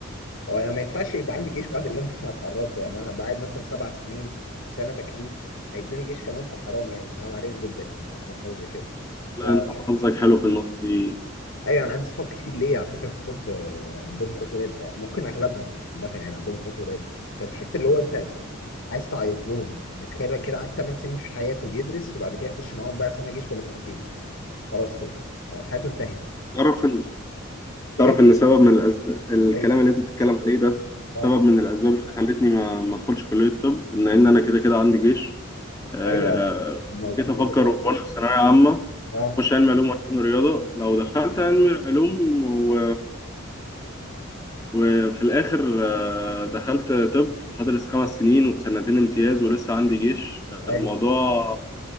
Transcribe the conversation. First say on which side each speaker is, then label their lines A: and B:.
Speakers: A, on the left (about 70°); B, on the left (about 15°).
A: هو انا ما ينفعش يبقى عندي جيش بعد اللي انا <laughs> هتعرض له يعني انا هبقى قاعد مثلا سبع سنين وسنه تكليف هيدوني جيش كمان فحرام يعني حرام عليهم جدا يعني لو عملت حاجه زي كده
B: لا
A: فا
B: انت حظك حلو في النقطة دي
A: ايوه انا عندي صحاب كتير ليه على فكره في طب آه، عندهم اخوات ولاد آه، ممكن اغلبهم مثلا يعني عندهم اخوات ولاد فتحس اللي هو انت عايز تعيط لهم يعني تخيل بقى كده قعد 8 سنين في حياته بيدرس وبعد كده يخش معاهم بقى سنه جيش ولا سنتين خلاص كده آه، حياته انتهت
B: تعرف ان تعرف
A: ايه
B: ان سبب من الأسباب الكلام
A: ايوه
B: اللي انت بتتكلم عليه ده سبب
A: آه،
B: من الاسباب اللي خلتني ما ما ادخلش كلية الطب ان ان انا كده كده عندي جيش آه،
A: ايوه الموضوع-
B: جيت افكر وانا في ثانوية عامة
A: اه
B: اخش علم علوم وعلم رياضة لو دخلت علم علوم و... وفي الاخر آه، دخلت طب هدرس خمس سنين وسنتين امتياز ولسه عندي جيش الموضوع
A: ايوه